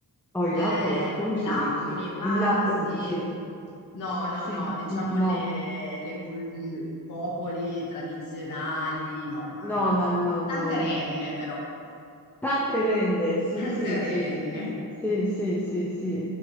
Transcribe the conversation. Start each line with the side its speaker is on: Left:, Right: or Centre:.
Centre: Oh, i lamponi,
Left: Eh,
Centre: come
Left: i
Centre: si
Left: lapponi,
Centre: dice?
Left: ma
Centre: I lamponi,
Left: sì,
Centre: sì.
Left: no,
Centre: S-
Left: no,
Centre: Sì,
Left: no, diciamo
Centre: no,
Left: le, le cul- mh, i popoli tradizionali, no, eh,
Centre: no, no, no, no.
Left: tante renne
Centre: no.
Left: però, <laughs>
Centre: Tante renne, sì,
Left: tante
Centre: sì, sì,
Left: renne.
Centre: sì, sì, sì, sì, sì.